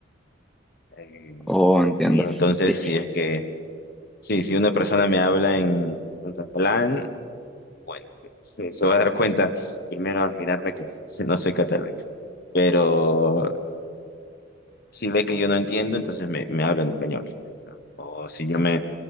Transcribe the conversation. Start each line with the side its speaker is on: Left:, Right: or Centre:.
Left: Eh,
Centre: oh, entiendo.
Left: y entonces
Centre: Sí,
Left: si es que, sí, si una persona me habla en, en catalán, bueno, se va a dar cuenta primero al mirarme que <laughs> no soy catalán. Pero si ve que yo no entiendo, entonces me, me habla en español. ¿no? O si yo me,